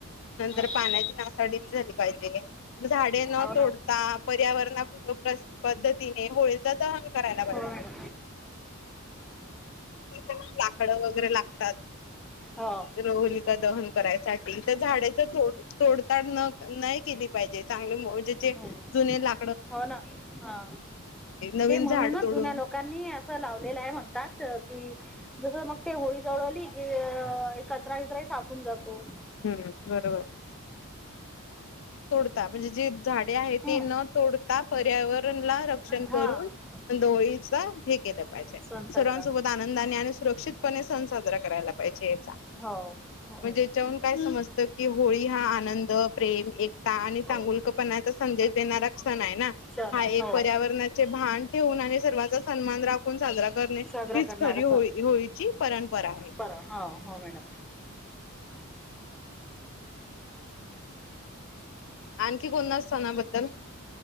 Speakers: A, on the left; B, in the centre.
A: नंतर
B: हो ना
A: पाण्या डीली पाहिजे झाडे न
B: हो
A: तोडता वरूर् पद्धतीने होळीचा दहन करायला
B: हो
A: पाहिजे
B: मॅडम
A: लाकडं वगैरे लागतात
B: हो
A: रोहली काा दहन तर झाड तोडताड नाही केली पाहिजे चांगले म्हणजे जे
B: हम्म.
A: जु ला
B: हो ना हा
A: नवीन
B: ते म्हणूनच
A: झाड तोडून
B: जुन्या लोकांनी असं लावलेलं आहे म्हणतात की जस मग ते होळी जवळ आली की कचरा विचरा सापून जातो
A: हम्म बरोबर त म्हणजे जे. झाडे आहे
B: हम्म.
A: ती न तोडता. पर्यावरण ला.
B: हां
A: करून दोळी. सा ह हेग आहे.
B: सण साजरा
A: सर्वांसोबत आनंदाने आणि सुरक्षित सण साजरा करायला पाहिजे याचा
B: हो हो
A: म्हणजे याच्याहून काय समजत कि होळी हा आनंद प्रेम एकता आणि
B: मॅडम
A: चांगुलकपणाचा संदेश देणारा सण आहे ना
B: सण
A: हा
B: आहे
A: एक
B: हो
A: पर्यावरणाचे भान ठेवून आणि सर्वचा सन्मान राखून. हीच
B: साजरा करणारा
A: खरी हो होळीची. परंपरा आहे.
B: सण बरं हो हो मॅडम.
A: आणखी कोणत्या सणाबद्दल?